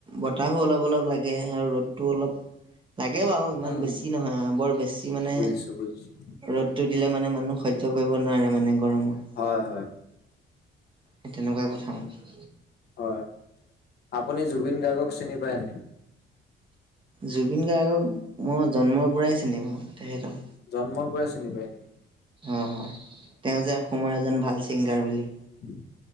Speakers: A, on the right; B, on the left.
A: বতাহো অলপ অলপ লাগে আৰু ৰ'দটো অলপ লাগে বাৰু ইমান
B: উম
A: বেছি নহয় বৰ বেছি মানে
B: বুজিছো বুজিছো
A: ৰ টো দিলে মানে মানুহ সহ্য কৰিব নোৱাৰে মানে গৰমত
B: হয় হয়
A: সেই তেনেকুৱাই কথা মানে
B: হয় আপুনি জুবিন গাৰ্গক চিনি পায় নাই
A: জুবিন গাৰ্গক মই জন্মৰ পৰাই চিনি পাও তেখেতক
B: জন্মৰ পৰাই চিনি পায় নেকি
A: অ হয় তেওঁ যে অসমৰ এজন ভাল ছিংগাৰ বুলি
B: উম